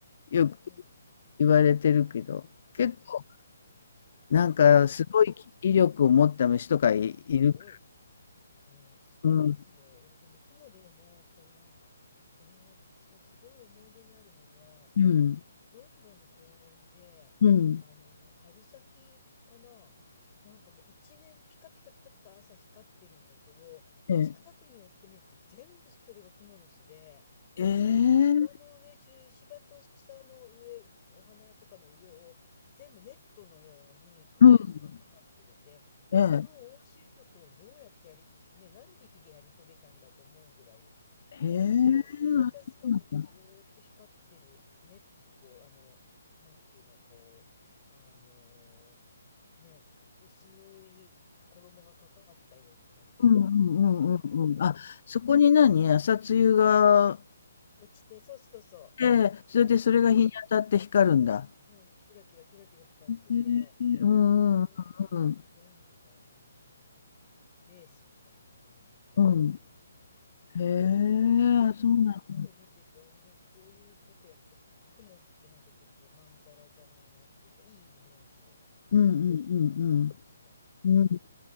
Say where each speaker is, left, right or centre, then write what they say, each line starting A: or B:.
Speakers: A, on the left (about 50°); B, on the left (about 30°).
A: よく
B: うんうん。
A: 言われてるけど、結構、
B: うん。
A: なんか、
B: でもね、
A: すごい威力を持った虫とかいいるか
B: すごい。うん、いそうですよ。
A: ら。うん。
B: いや、でも雲でも、やっぱりなんか、えー、私なんかすごい思い出にあるのは、
A: うん。
B: ロンドンの公園で、
A: うん。
B: あの、春先かな、なんかもう一面ピカピカピカピカ朝光ってるんだけど、
A: ええ。
B: 近くに寄ってみると全部それがクモの巣で、
A: ええ。
B: 芝の上中、芝と草の上、お花とかの上を全部ネットのようにクモの巣がかかってて、
A: うん。ええ。
B: この大仕事をどうやってやり、ね、何匹でやり遂げたんだと思うぐらい
A: へえ、
B: もう見渡す限りずーっと光ってるネット、
A: あ、そうなんだ。
B: あの、なんていうの、こう、あのね、薄い衣がかかったような感じで、
A: うんうんうんうんうん。
B: ピカピカ光ってたのが。
A: あ、そこに何、朝露が
B: 落ちて、そうそうそ
A: ええ、それでそれが日に当たって光るんだ。
B: う、うん、うん、キラキラキラキラ光ってて、
A: へえ、うんうんうん
B: よーく見ると全部がね、うん、レースみたいなね、なんか雲の巣だったんですけど。
A: うんうん。へえ、
B: なんかそういう、
A: あ、そうなんだ
B: そういうの見てて、あなんかこういうことやって、雲ってなんかちょっとまんざらじゃないなっていうか、いいイメージを、
A: うんうんう
B: うんしました。
A: んうん。
B: うん。
A: うん